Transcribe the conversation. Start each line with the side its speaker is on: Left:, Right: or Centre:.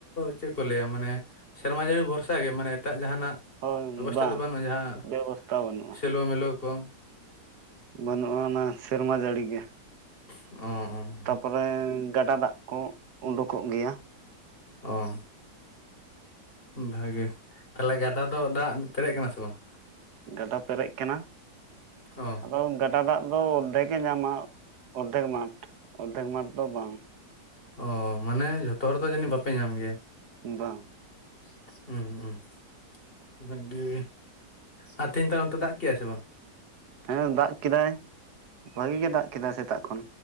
Left: ᱪᱮᱫ ᱠᱚ ᱞᱟᱹᱭᱟ? ᱢᱟᱱᱮ ᱥᱮᱨᱢᱟ ᱡᱟᱹᱲᱤ ᱵᱷᱚᱨᱥᱟ ᱜᱮ ᱢᱟᱱᱮ ᱮᱴᱟᱜ ᱡᱟᱦᱟᱱᱟᱜ?
Right: ᱦᱳᱭ
Left: ᱵᱮᱵᱚᱥᱛᱷᱟ
Right: ᱵᱟᱝ
Left: ᱫᱚ ᱵᱟᱹᱱᱩᱜᱼᱟ ᱡᱟᱦᱟᱸ
Right: ᱵᱮᱵᱚᱥᱛᱷᱟ ᱵᱟᱹᱱᱩᱜᱼᱟ
Left: ᱥᱮᱞᱚ ᱢᱤᱞᱟ ᱠᱚ?
Right: ᱵᱟᱹᱱᱩᱜᱼᱟ ᱚᱱᱟ ᱥᱮᱨᱢᱟ ᱡᱟᱹᱲᱤ ᱜᱮ ᱾
Left: ᱚᱦᱚ ᱾
Right: ᱛᱟᱯᱚᱨᱮ ᱜᱟᱰᱟ ᱫᱟᱜ ᱠᱚ ᱩᱰᱩᱠᱚᱜ ᱜᱮᱭᱟ᱾
Left: ᱚ ᱵᱷᱟᱜᱤ ᱛᱟᱦᱚᱞᱮ ᱜᱟᱰᱟ ᱫᱚ ᱫᱟᱜ ᱯᱮᱨᱮᱡ ᱟᱠᱟᱱᱟ ᱥᱮ ᱵᱟᱝ?
Right: ᱜᱟᱰᱟ ᱯᱮᱨᱮᱡ ᱟᱠᱟᱱᱟ
Left: ᱚ
Right: ᱟᱫᱚ <unintelligible> ᱜᱟᱰᱟ ᱫᱟᱜ ᱫᱚ ᱚᱨᱫᱷᱮᱠ ᱜᱮ ᱧᱟᱢᱟ ᱚᱨᱫᱷᱮᱠ ᱢᱟᱴ ᱚᱨᱫᱷᱮᱠ ᱢᱟᱴ ᱫᱚ ᱵᱟᱝ᱾
Left: ᱚ ᱢᱟᱱᱮ ᱡᱷᱚᱛᱚ ᱦᱚᱲ ᱫᱚ ᱡᱟᱹᱱᱤᱡ ᱵᱟᱯᱮ ᱧᱟᱢ ᱜᱮᱭᱟ?
Right: ᱵᱟᱝ
Left: <unintelligible> ᱵᱷᱟᱜᱤ ᱟᱨ ᱛᱮᱦᱤᱧ <unintelligible> ᱫᱟᱜ ᱠᱮᱜᱼᱟᱭ ᱥᱮ ᱵᱟᱝ?
Right: ᱦᱮᱸ ᱫᱟᱜ ᱠᱮᱫᱟᱭ ᱵᱷᱟᱜᱤ ᱜᱮ ᱫᱟᱜ ᱠᱮᱫᱟᱭ ᱥᱮᱛᱟᱜ ᱠᱷᱚᱱ᱾